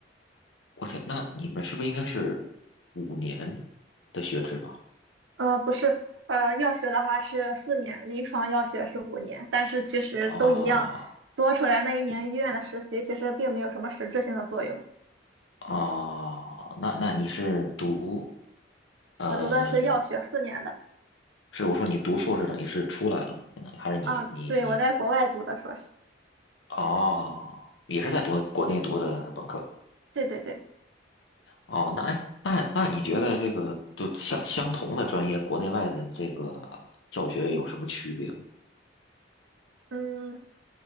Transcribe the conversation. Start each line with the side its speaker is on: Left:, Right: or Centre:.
Left: 我天，那你们是不是应该是五年的学制吧？
Right: 呃，不是，呃，药学的话是四年，临床药学是五年，但是其实都一样，
Left: 啊
Right: 多出来那一年医院的实习其实并没有什么实质性的作用。
Left: 啊，那那你是读呃，
Right: 我读的是药学四年的，
Left: 是我说你读硕士等于是出来了嘛？相当于还是你你你
Right: 啊，对，我在国外读的硕士，
Left: 哦，也是在读国内读的本科？
Right: 对对对，
Left: 哦，那哎，那那你觉得这个就相相同的专业，国内外的这个教学有什么区别吗？
Right: 嗯，